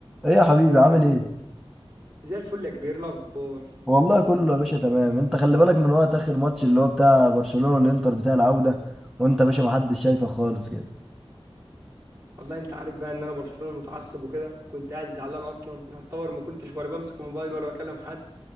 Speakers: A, in the centre; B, on the right (about 25°).
A: ايه يا حبيبي عامل ايه؟
B: زي الفل يا كبير إيه الاخبار
A: والله كله يا باشا تمام انت خلي بالك من وقت اخر ماتش اللي هو بتاع برشلونة والانتر بتاع العودة وانت يا باشا ما حدش شايفك خالص كده
B: والله انت عارف بقى ان انا برشلونه متعصب وكده كنت قاعد زعلان اصلا يعتبر ما كنتش ولا بمسك الموبايل ولا بكلم حد